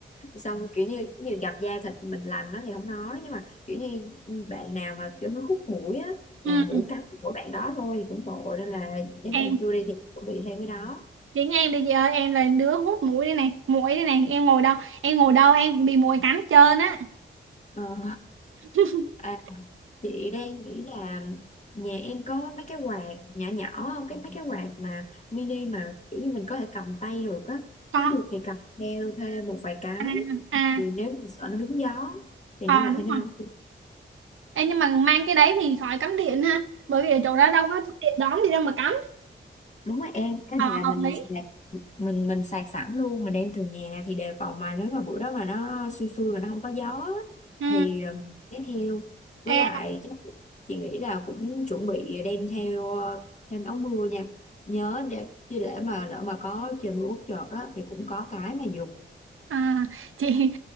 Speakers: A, on the left; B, on the right.
A: xong kiểu như như gặp da thịt mình lành đó thì không nói nhưng mà kiểu như bạn nào mà kiểu nó hút muỗi á là
B: ừ
A: muỗi cắn của bạn đó thôi thì cũng tội nên là nếu
B: em
A: mà em chưa đi thì chuẩn bị thêm cái đó
B: chị nghe em đi chị ơi em là đứa hút muỗi đây này muỗi đây này em ngồi đâu em ngồi đâu em cũng bị muỗi cắn hết trơn á
A: Ờ.
B: <laughs>
A: À, chị đang nghĩ là nhà em có mấy cái quạt nhỏ nhỏ không? Cái mấy cái quạt mà mini mà kiểu như mình có thể cầm tay được á.
B: có
A: Nếu được thì cầm theo thêm một vài cái.
B: à à
A: Vì nếu mà sợ nó đúng gió thì
B: ờ
A: nó lại
B: đúng
A: hơi nóng.
B: rồi Ê, nhưng mà mang cái đấy thì khỏi cắm điện ha bởi vì ở chỗ đó đâu có điện đóm gì đâu mà cắm
A: đúng rồi em cái
B: ờ
A: này là
B: hợp
A: mình
B: lý
A: sạc mình mình sạc sẵn luôn mình đem từ nhà thì đề phòng mà nếu mà bữa đó mà nó xui xui mà nó không có gió á,
B: ừ
A: thì ừ, đem theo với
B: Ê,
A: lại chắc chị nghĩ là cũng chuẩn bị đem theo ờ, thêm áo mưa nha nhớ để chứ để mà lỡ mà có trời mưa bất chợt á thì cũng có cái mà dùng
B: à, chị